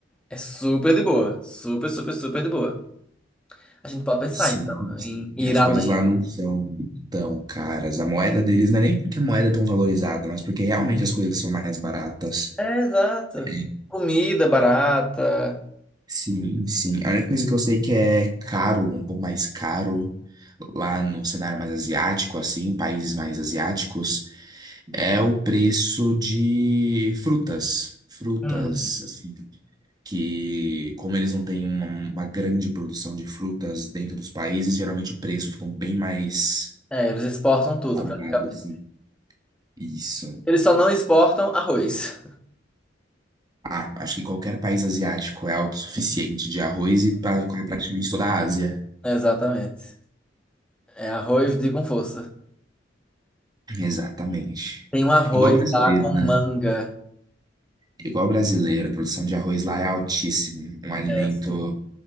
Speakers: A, in the centre; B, on the right.
A: é super de boa. Super, super, super de boa. A gente pode pensar,
B: Sim,
A: então,
B: sim.
A: em ir
B: As
A: além.
B: coisas lá não são tão caras. A moeda deles não é nem porque a moeda é tão valorizada, mas porque realmente as coisas são mais baratas.
A: É, exato.
B: É,
A: Comida barata.
B: sim, sim. A única coisa que eu sei que é caro, um pouco mais caro, lá no cenário mais asiático, assim, países mais asiáticos, é o preço de frutas. Frutas,
A: Hum.
B: assim. Que, como eles não têm uma, uma grande produção de frutas dentro dos países, geralmente o preço fica bem mais.
A: É, eles exportam tudo,
B: Salgado,
A: praticamente.
B: assim. Isso.
A: Eles só não exportam arroz.
B: Ah, acho que qualquer país asiático é autossuficiente de arroz e pra, pra praticamente toda a Ásia.
A: É, Exatamente. É arroz de com força.
B: Exatamente.
A: Tem um arroz
B: É Igual brasileiro,
A: lá com
B: né?
A: manga.
B: É Igual brasileiro, a produção de arroz lá é altíssima. Um alimento
A: É, sim.